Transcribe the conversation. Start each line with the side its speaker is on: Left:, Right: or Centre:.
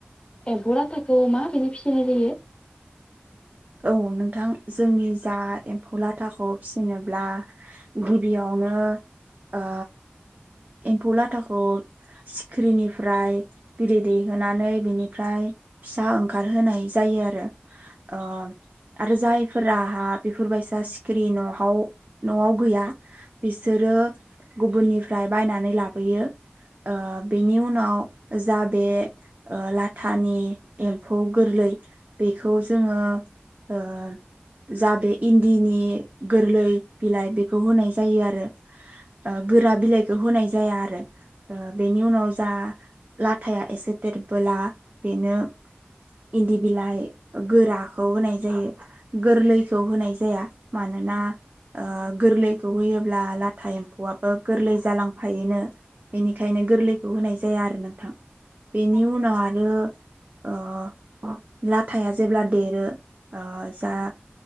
Left: एम्फौ लाथाखौ मा बिदि‌ फिसिनाय जायो
Right: औ नोंथां जोंनि जा एम्फौ लाथाखौ फिसिनोब्ला गिबियावनो ओ एम्फौ लाथाखौ सिखिरिनिफ्राय बिदै दैहोनोनानै बेनिफ्राय फिसा ओंखारहोनाय जायो आरो ओ आरो जायफोराहा बेफोरबायसा सिखिरि नहाव नआव गैया बिसोरो गुबुननिफ्राय बायनानै लाबोयो ओ बेनि उनाव जा बे लाथानि एम्फौ गोरलै बेखौ जोङो ओ जा बे इन्दिनि गोरलै बिलाइ बेखौ होनाय जायो आरो गोरा बिलाइखौ होनाय जाया आरो बेनि उनाव जा लाथाया एसे देरबोला बेनो इन्दि बिलाइ गोराखौ होनाय जायो गोरलैखौ होनाय जाया मानोना ओ गोरलैखौ होयोब्ला लाथा एम्फौआबो गोरलै जालांफायोनो बेनिखायनो गोरलैखौ होनाय जाया आरो नोंथां बेनि उनाव आरो ओ ला हिथाया जेब्ला देरो जा